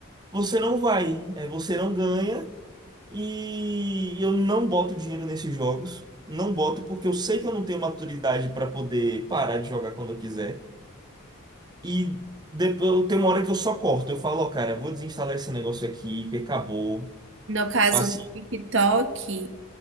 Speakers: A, on the right; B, on the right.
A: você não vai, é, você não ganha. E eu não boto dinheiro nesses jogos. Não boto porque eu sei que eu não tenho maturidade para poder parar de jogar quando eu quiser. E depois eu tenho uma hora que eu só corto. Eu falo, ó, cara, vou desinstalar esse negócio aqui, que acabou.
B: No caso
A: Passe
B: do TikTok.